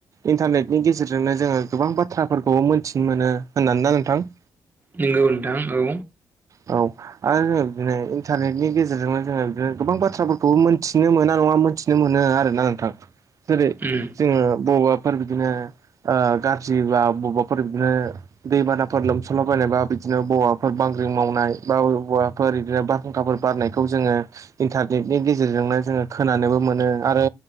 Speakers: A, on the right (about 50°); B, on the right (about 25°).
A: इन्टारनेटनि गेजेरजोंनो जोङो गोबां बाथ्रा फोरखौबो मोन्थिनो मोनो होननानै ना नोंथां।
B: नोंगौ नोंथां औ।
A: औ। आरो बिदिनो इन्टारनेटनि गेजेरजोंनो जोङो बिदिनो गोबां बाथ्राफोरखौबो मोनथिनो मोना नङा मोनथिनो मोनो आरो नोंथां जेरै
B: उम
A: जोङो बबेबा फोर बिदिनो गाज्रि बा बबेबाफोर बिदिनो दैबानाफोर लोमसलाबायनायबा बि बिदिनो बबेवावफोर बांग्रिं मावनाय बा बबेवावफोर बिदिनो बारहुंखाफोर बारनायखौ जोङो इन्टारनेटनि गेजेरजोंनो जोङो खोनानोबो मोनो आरो